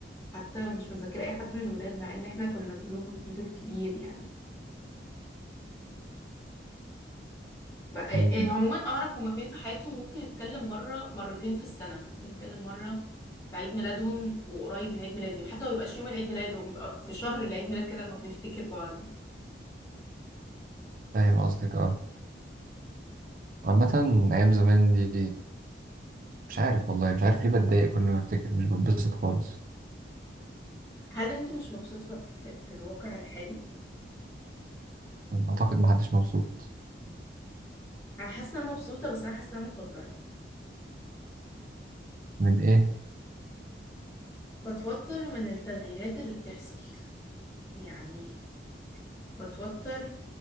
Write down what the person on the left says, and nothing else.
حتى مش متذكرة اي حد من الولاد مع ان احنا كنا جروب اوف بيبل كبير يعني بقى
إيه عموما اعرف هما فين في حياتهم ممكن اتكلم مرة مرتين في السنة ممكن اتكلم مرة في عيد ميلادهم وقريب من عيد ميلادي وحتى ما بيبقاش يوم العيد ميلاد هو بيبقى في شهر العيد ميلاد كده لما بنفتكر بعض
هل انت مش مبسوط في, في, في الواقع الحالي
انا حاسه إن انا مبسوطه بس انا حاسه إن انا متوتره
بتوتر من التغييرات اللي بتحصل يعني بتوتر